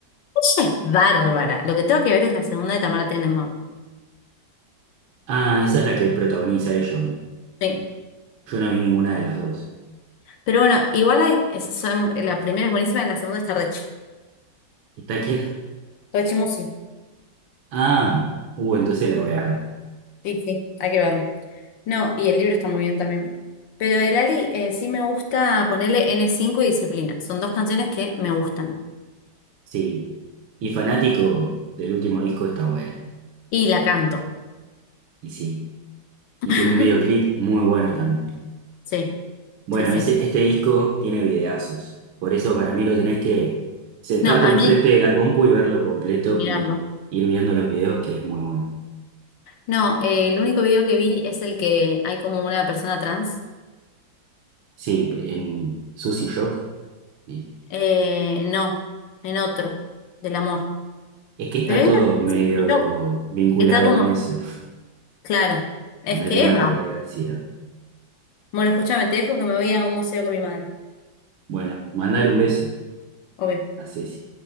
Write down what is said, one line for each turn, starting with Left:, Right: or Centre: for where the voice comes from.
Left: Ella es bárbara. Lo que tengo que ver es la segunda de Tamara Tenenbaum.
Right: Ah, esa es la que protagoniza ella, ¿o no?
Left: Sí.
Right: Yo no vi ninguna de las dos.
Left: Pero bueno, igual hay- es- son, la primera es buenísima, la segunda está Rechi.
Right: ¿Está quién?
Left: Rechi Musi.
Right: Ah, uh, entonces la voy a ver.
Left: Sí, sí, hay que verlo. No, y el libro está muy bien también. Pero de Lali eh, sí me gusta ponerle n cinco y Disciplina. Son dos canciones que me gustan.
Right: Sí. Y fanático del último disco está buena.
Left: Y la canto.
Right: Y sí.
Left: <laughs>
Right: Y tiene un videoclip muy bueno también.
Left: Sí,
Right: Bueno,
Left: sí, sí.
Right: ese, este disco tiene videazos. Por eso para mí lo tenés que sentarte
Left: No, a
Right: enfrente
Left: mí,
Right: de la compu y verlo completo
Left: mirarlo.
Right: y ir viendo los videos, que es muy bueno.
Left: No, eh, el único video que vi es el que hay como una persona trans.
Right: Sí, en Sushi Shock. sí.
Left: Eh, no, en otro, del amor.
Right: Es que está
Left: Pero hay
Right: todo
Left: una cosa
Right: medio
Left: que me choca,
Right: vinculado
Left: que está como,
Right: con eso,
Left: claro, es
Right: con la
Left: que
Right: temática
Left: es bravo.
Right: de diversidad.
Left: Bueno, escúchame, te dejo que me voy a un museo con mi madre.
Right: Bueno, mandale un beso
Left: Obvio.
Right: a Ceci.